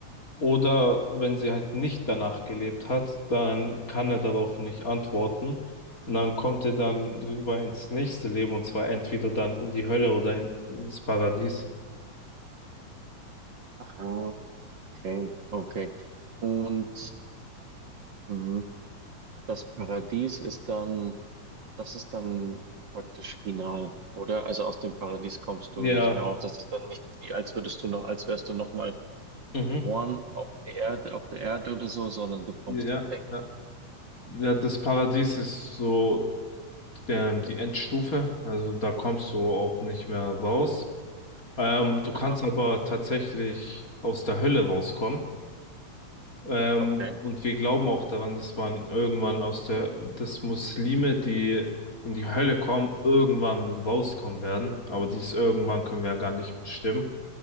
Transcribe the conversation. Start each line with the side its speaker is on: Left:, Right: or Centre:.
Left: oder wenn sie halt nicht danach gelebt hat, dann kann er darauf nicht antworten. Und dann kommt er dann rüber ins nächste Leben und zwar entweder dann in die Hölle oder in, ins Paradies.
Right: Ah, Okay, okay. Und mh, das Paradies ist dann, das ist dann praktisch final, oder? Also aus dem Paradies kommst
Left: Ja,
Right: du nicht mehr raus. Das ist dann nicht wie, als würdest du noch, als wärst du nochmal
Left: mhm.
Right: geboren auf der Erde, auf der Erde oder so, sondern du kommst
Left: Ja,
Right: tatsächlich.
Left: ja. Ja, das Paradies ist so ähm, die Endstufe. Also da kommst du auch nicht mehr raus. Ähm, du kannst
Right: Aha,
Left: aber tatsächlich aus der Hölle rauskommen. Ähm,
Right: okay.
Left: und wir glauben auch daran, dass man irgendwann aus der, dass Muslime, die in die Hölle kommen, irgendwann rauskommen werden. Aber dies irgendwann können wir ja gar nicht bestimmen.